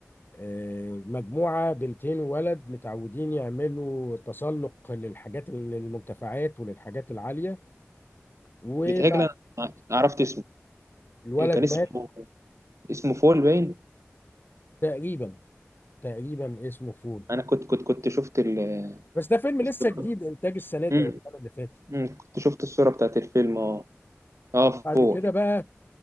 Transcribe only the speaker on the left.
آه، مجموعة بنتين وولد متعودين يعملوا تسلق للحاجات للمرتفعات وللحاجات العالية وبعد
الولد
مات
تقريبا تقريبا اسمه فول
بس ده فيلم لسه
جديد انتاج السنه دي
او السنه اللي فاتت
بعد
كده بقى